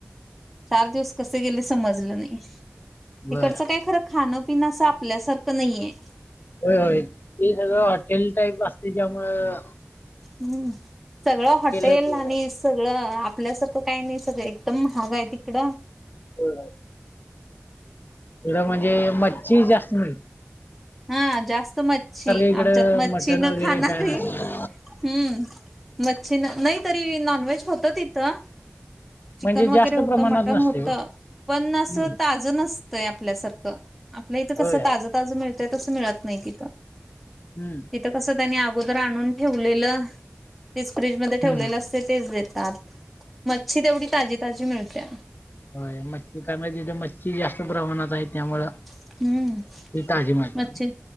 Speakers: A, in the centre; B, on the left (about 50°).
A: चार दिवस कसे गेले समजलं नाही. तिकडचं
B: बर
A: काय खरं खाणंपिणं असं आपल्यासारखं नाहीय.
B: होय होय. ते सगळं हॉटेल टाईप असते त्यायामुळ
A: हम्म. सगळं हॉटेल
B: गेल्यावर तेवढं
A: आणि सगळं आपल्यासारखं काही नाही सगळं एकदम महाग आहे तिकडं
B: हो. एवढं म्हणजे मच्छी जास्त मिळे
A: हा जास्त मच्छी
B: इकडं
A: आमच्यात मच्छी
B: मटण
A: न
B: वगैरे
A: खाणारी
B: काय नसतं
A: -- हम्म. मच्छीन नाही तरी नॉनव्हेज होत इथं. चिकन
B: म्हणजे
A: वगैरे
B: जास्त
A: होत.
B: प्रमाणात
A: मटन
B: नसते
A: होत.
B: हो.
A: पण असं
B: हम्म.
A: ताजं नसतंय आपल्यासारखं आपल्या इथं
B: होय
A: कसं ताजं
B: होय.
A: ताजं मिळत -- यं तस मिळत नाही तिथं,
B: हम्म.
A: तित कस -- त्यांनी अगोदर आणून ठेवलेलं. तेच फ्रीज मध्ये ठेवलेलं
B: हम्म.
A: असतेय तेच देतात मच्छी तेवढी ताजी ताजी मिळत्या.
B: हो मच्छी काय <unintelligible> मच्छी जास्त प्रमाणात आहे. त्यामुळं ती
A: हम्म
B: ताजी मिळतीया.
A: मच्छी